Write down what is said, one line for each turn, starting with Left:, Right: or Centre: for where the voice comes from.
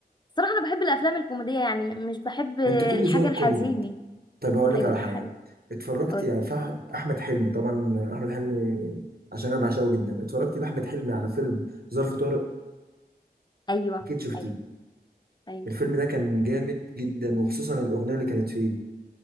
Left: صراحة انا بحب الافلام الكوميدية يعني م- مش بحب
Right: ما أنت كل
Left: الحاجة
Right: ذوقك
Left: الحزينة
Right: كوميدي طيب هقول لك
Left: ايوه
Right: على
Left: الحاجة
Right: حاجة اتفرجت
Left: قولي
Right: يعني فح... أحمد حلمي طبعا أحمد حلمي عشان أنا بعشقه جدا اتفرجت لأحمد حلمي على فيلم ظرف طارق
Left: ايوه
Right: أكيد شفتيه
Left: ايوه ايوه
Right: الفيلم ده كان جامد جدا وخصوصا الأغنية اللي كانت فيه